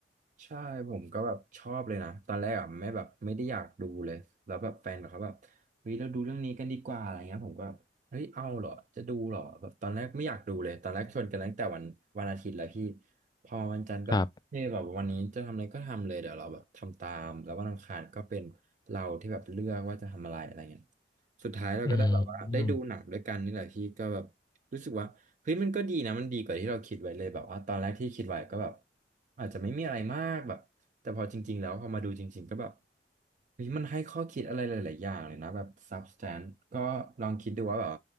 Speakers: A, on the right; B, on the left.
A: ใช่ผมก็แบบชอบเลยนะตอนแรกอ่ะไม่แบบไม่ได้อยากดูเลยแล้วแบบแฟนแบบเขาแบบเฮ้ยเราดูเรื่องนี้กันดีกว่าอะไรเงี้ยผมก็เฮ้ยเอาเหรอจะดูเหรอแบบตอนแรกไม่อยากดูเลยตอนแรกชวนกันตั้งแต่วันวันอาทิตย์แล้วพี่พอวันจันทร์ก็เอยแบบวันนี้จะทำอะไรก็ทำเลยเดี๋ยวเราแบบทำตามแล้ววันอังคารก็เป็นเราที่แบบเลือกว่าจะทำอะไรอะไรเงี้ย
B: ครับ
A: สุดท้ายเราก็ได้แบบว่าได้ดูหนังด้วยกันนี่แหละพี่ก็แบบ
B: อืม
A: รู้สึกว่าเฮ้ยมันก็ดีนะมันดีกว่าที่เราคิดไว้เลยแบบว่าตอนแรกที่คิดไว้ก็แบบอาจจะไม่มีอะไรมากแบบแต่พอจริงๆแล้วพอมาดูจริงๆก็แบบเฮ้ยมันให้ข้อคิดอะไรหลายๆอย่างเลยนะแบบ substance ก็ลองคิดดูว่าแบบ